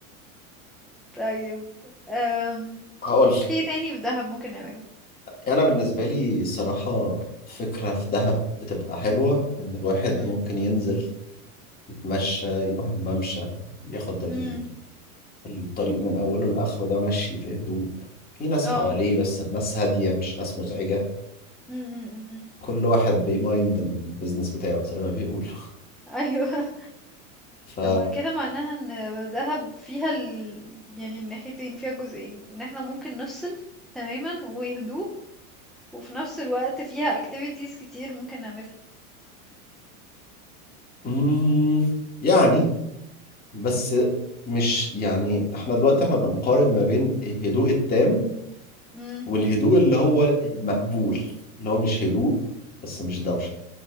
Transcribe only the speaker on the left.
<laughs> هقول
انا بالنسبه لي الصراحه فكره في دهب بتبقى حلوه ان الواحد
ممكن ينزل يتمشى يروح الممشى ياخد ال-
الطريق من اوله لاخره ده مشي في هدوء في ناس
حواليه بس الناس هاديه مش ناس مزعجه
كل واحد بيمايند البيزنس بتاعه زي ما بيقولوا
ف
مم، يعني بس مش يعني احنا دلوقتي احنا بنقارن ما بين الهدوء التام
والهدوء اللي هو المقبول اللي هو مش هدوء بس مش دوشة